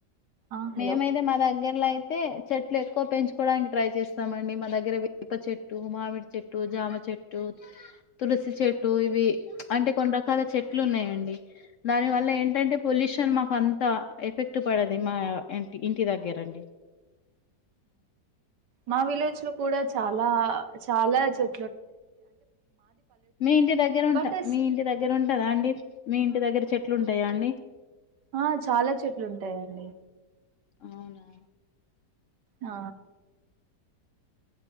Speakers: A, on the right; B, on the left.
A: ఆ హలో
B: మేమైతే మాదగ్ గేర్ లో అయితే చెట్లు ఎక్కువ పెంచుకోవడానికి ట్రై చేస్తామండి. మా దగ్గర వేప చెట్టు, మామిడి చెట్టు, జామ చెట్టు, తులసి చెట్టు ఇవి ప్చ్ అంటే కొన్ని రకాల చెట్లు ఉన్నాయండి దాని వల్ల ఏంటంటే పొల్యూషన్ మాకు అం ఎంత ఎఫెక్ట్ పడది మా ఇంటి ఇంటి దగ్గర అండి
A: మా విళ వ కూ చాలా చాలా చ
B: మీ ఇంటి దగ్గర ఉంటా
A: బట్ అస్
B: మీ ఇంటి దగ్గరంటా కదా అండి మీ ఇంటి దగ్గర చెట్లు ఉంటాయా అండి
A: ఆ చాలా చెట్లు ఉంటాయండి
B: అవునా
A: ఆ